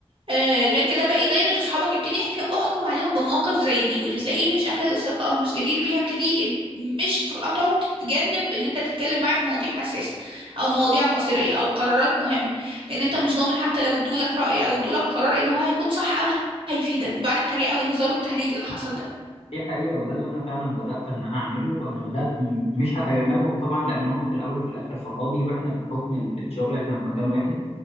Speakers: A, on the right (about 55°); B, on the left (about 70°).
A: آه غير كده باقي دايرة اصحابك ابتدي احكي احكم عليهم بمواقف زي دي واللي تلاقيه مش اهل للثقة او مش جدير بيها ابتدي اد- مش تقاطعه تتجنب ان انت تتكلم معاه في مواضيع حساسة او مواضيع مصيرية او قرارات مهمة لان انت مش ضامن حتى لو ادولك رأي او ادولك قرار ان هو هيكون صح او هيفيدك بعد التريقة والهزار والتهريج اللي حصل ده
B: دي حقيقة وده اللي أنا فعلا بدأت إن أنا أعمله أنا بدأت م- مش هتجنبهم طبعا لأن هم في الأول وفي الآخر صحابي وإحنا بحكم ال- الشغل إحنا في مكان واحد